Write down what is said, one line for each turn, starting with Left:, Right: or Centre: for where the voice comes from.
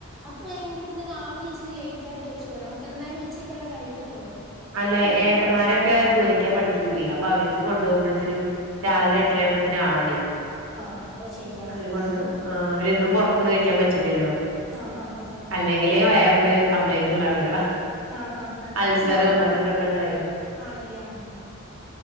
Centre: അപ്പൊ എങ്കി പിന്നെ രാവിലെ ഇച്ചിരി ലേറ്റ് ആയിട്ട് വെച്ചൂടേ നമ എന്തായാലും ഉച്ചക്കല്ലേ കഴിക്കത്തുള്ളൂ
Right: അല്ല
Centre: അപ്പൊ ഒരു
Right: ഏട്ടന്മാരൊക്കെ ദൂരൊക്കെയ പണിക്ക് പോവെ അപ്പൊ അവർ ക്ക് കൊണ്ട് പോകുമ്പഴ്ത്തനും രാവിലെ
Centre: ആഹ്
Right: എട്ടര
Centre: ആഹ്
Right: ആവുമ്പോഴത്തെന്
Centre: ആഹ്
Right: ആവണേ
Centre: ആഹ് അതോ ശരിയാണല്ലോ
Right: അവര് കൊണ്ടു പോവും ആ അവരൊന്നും പുറത്തിന്ന് കഴിക്കാൻ പറ്റില്ലല്ലോ
Centre: ആഹ് ആഹ് ആഹ്
Right: അല്ലെങ്കിലേ വയറിന് കംപ്ലയിൻന്റ് ള്ള ആളുകളാ
Centre: ആഹ് ഹ ഹ
Right: അൾസറും
Centre: മഴ
Right: അതും ഇതൊക്കെ ഉള്ളേ
Centre: ആണല്ലേ ഹ ഹ ആ